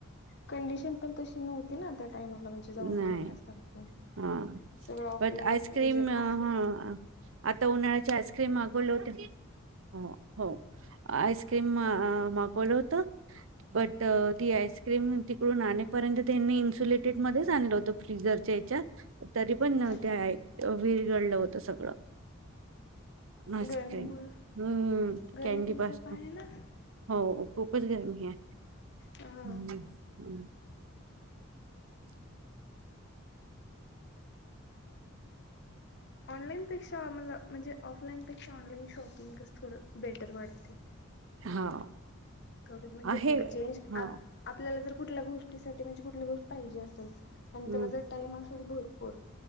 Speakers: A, on the left; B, on the right.
A: कंडिशन पण तशी नव्हती ना. त्या टाइमाला म्हणजे जाऊन
B: नाही
A: करण्यासारखे
B: हा
A: सगळं ऑफलाईन
B: बट आईस्क्रीम
A: म्हणजे
B: ह
A: ऑफलाईन
B: आता उन्हाळ्याच्या आईस्क्रीम मागवले होत. हो हो आईस्क्रीम मागवलं होत. बट ती आईस्क्रीम तिकडून आपर्यंत त्यांनी इनसुले ेट मध्ये आणलेलं होत फ्रिजरच्या याच्या तरी पण
A: अच्छा
B: त्या विरघडलं होत. तर सगळं. आस्क्रीम
A: गरमीमुळं
B: हम्म
A: गरमी
B: कॅनडी
A: पण
B: पास
A: खूप आहे ना.
B: हो खूपच गरमी आहे
A: हा.
B: हम. ह <unintelligible>
A: ऑनलाईनपेक्षामला म्हणजे ऑफलाईनपेक्षा ऑनलाईन शॉप िंगस थोडं बेटर वाटते.
B: हा
A: थोडं म्हणजे
B: आहे
A: चेंज
B: हा
A: आपल्याला. कुठल्या गोष्टीसाठी म्हणजे कुठली गोष्ट पाहिजे असेल. आणि
B: हम्म
A: त्याला जर टाइम अस. तर भरपूर